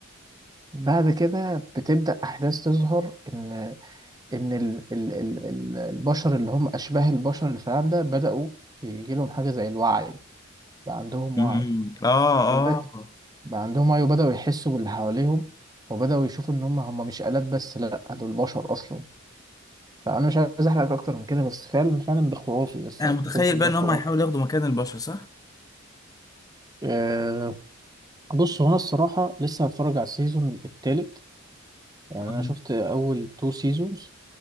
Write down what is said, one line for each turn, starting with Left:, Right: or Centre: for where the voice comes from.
Right: بعد كده بتبدأ أحداث تظهر إن ان ال ال ال ال- البشر اللي هم اشباه البشر اللي في العالم ده بداوا يجي لهم حاجه زي الوعي بقى عندهم
Left: أمم.
Right: وعي
Left: اه
Right: وده ك-
Left: اه
Right: بقى عندهم وعي وبداوا يحسوا باللي حواليهم وبداوا يشوفوا ان هم هم مش آلات بس لا دول بشر اصلا فانا مش عايز احرق اكتر من كده بس فعلا فعلا ده خرافي الصراحه
Left: انا متخيل
Right: المسلسل
Left: بقى
Right: ده
Left: ان هم
Right: خرافي
Left: هيحاولوا ياخدوا مكان البشر صح؟
Right: أه بص هو انا الصراحه لسه هتفرج على السيزون التالت يعني
Left: أمم.
Right: انا شفت اول تو سيزونز